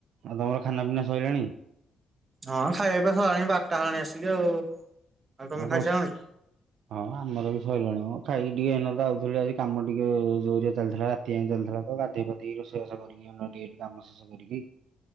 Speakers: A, on the right; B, on the right.
A: ଆଉ ତମର ଖାନା ପିନା ସଇଲାଣି?
B: ହଁ ଖାଇବାପିଆ ସରିଲାଣି ବାରଟା ହେଲାଣି ଆସିଲି ଆଉ। ଆଉ ତମେ
A: ଆଗସ
B: ଖାଇସାରିଲଣି?
A: ହଁ ଆମର ବି ସରିଲାଣି ମ ଖାଇକି ଟିକେ ଏନାତ ଆଉଥିଲି ଆଜି କାମ ଟିକେ ଜୋରିଆ ଚାଲିଥିଲା ରା କେଇ ଚାଲିଥିଲା ତ ଗାଧୋଇ ପାଧେଇକି ରୋଷେଇବାସ କରିକି ଆମର କାମ ଶେଷ କରିକି